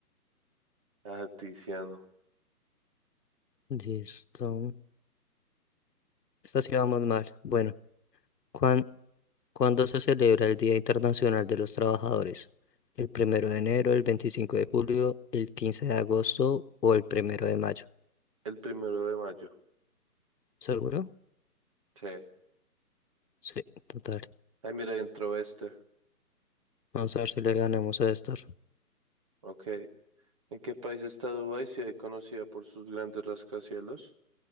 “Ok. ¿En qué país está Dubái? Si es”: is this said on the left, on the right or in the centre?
Right